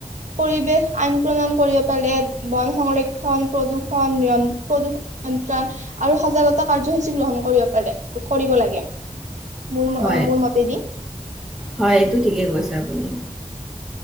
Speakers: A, on the right; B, in the centre.
A: পৰিৱেশ আইন প্ৰণয়ন কৰিব পাৰে, বন সংৰক্ষণ, প্ৰদূষণ নিয়ন প্ৰদূষ নিয়ন্ত্ৰণ আৰু সজাগতা কাৰ্যসূচী গ্ৰহণ কৰিব পাৰে, ক কৰিব লাগে। মোৰ ম
B: হয়,
A: মোৰ মতেদি।
B: হয় এইটো ঠিকে কৈছে আপুনি।